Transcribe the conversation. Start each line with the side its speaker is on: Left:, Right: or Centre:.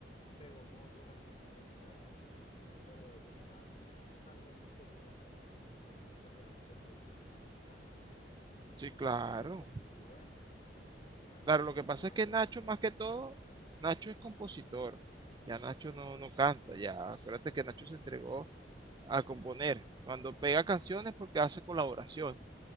Left: pegó con otros artistas de afuera, pero ellos están, están dándose duro con, con artistas de alto nivel internacional y están
Right: sí, claro.
Left: sacando canciones muy buenas. De verdad que
Right: Claro,
Left: to-
Right: lo que pasa
Left: todas
Right: es que
Left: gustan.
Right: Nacho, más que todo, Nacho es compositor. Ya Nacho no, no canta, ya. Acuérdate que Nacho se entregó a componer. Cuando pega canciones porque hace colaboración.